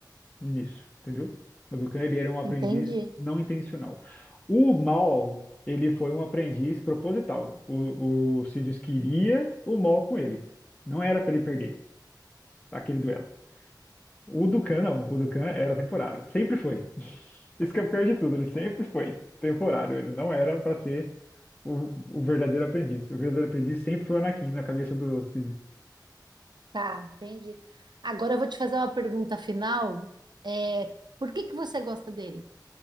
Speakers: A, on the left; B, on the right.
A: nisso, entendeu? O Dukan, ele era um aprendiz
B: entendi.
A: não intencional. O Mal, ele foi um aprendiz proposital. O, o Sidious queria o Mal com ele. Não era para ele perder aquele duelo. O Dukan, não. O Dukan era temporário. Sempre foi. <laughs> Isso que é o pior de tudo, ele sempre foi temporário. Ele não era para ser o, o verdadeiro aprendiz. O verdadeiro aprendiz sempre foi o Anakin na cabeça do Sidious.
B: Tá, entendi. Agora eu vou te fazer uma pergunta final. É, por que que você gosta dele?